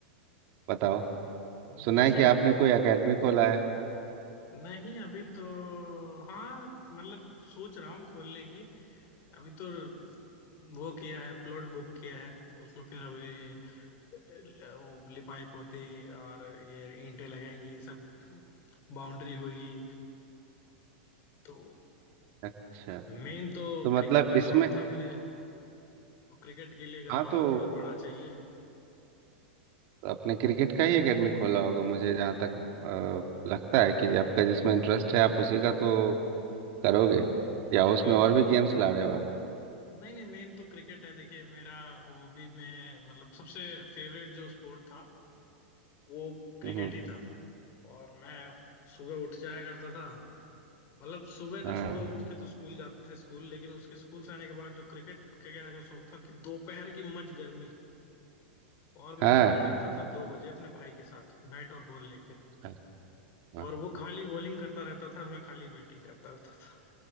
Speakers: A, on the right (about 50°); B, on the left (about 40°).
A: बताओ
B: अभी
A: सुना
B: खुशियां
A: है कि आपने कोई एकेडमी खोला है
B: नहीं अभी तो हाँ मतलब सोच रहा हूँ खोलने की अभी तो वो किया है प्लॉट बुक किया है उसमें फिर अभी अ, वो लिपाई पोती और ये ईंटें लगेंगी ये सब बाउंड्री होगी तो
A: अच्छा
B: मेन तो
A: तो
B: क्रिकेट
A: मतलब
B: का
A: इसमें
B: शौक था मुझे तो क्रिकेट के लिए ग्राउंड
A: हाँ तो
B: थोड़ा बड़ा चाहिए
A: आपने क्रिकेट का ही एकेडमी खोला होगा मुझे जहाँ तक अ, लगता है कि आपका जिसमें इंटरेस्ट है आप उसी का तो करोगे या
B: हाँ
A: उसमें
B: बिल
A: और भी गेम्स ला रहे हो आप
B: नहीं नहीं मेन तो क्रिकेट है देखिए मेरा वो भी मैं मतलब सबसे फेवरेट जो स्पोर्ट था वो क्रिकेट
A: हम्म
B: ही था और मैं सुबह उठ जाया करता था मतलब सुबह तो
A: हाँ
B: छोड़ो उठ के तो स्कूल जाते थे स्कूल लेकिन उसके स्कूल से आने के बाद जो क्रिकेट का क्या शौक था कि दोपहर की मच गर्मी और
A: हाँ
B: मैं निकल जाता था दो बजे अपने भाई के साथ बैट और बॉल लेके
A: अरे वाह
B: और वो खाली बॉलिंग करता रहता था और मैं खाली बैटिंग करता रहता था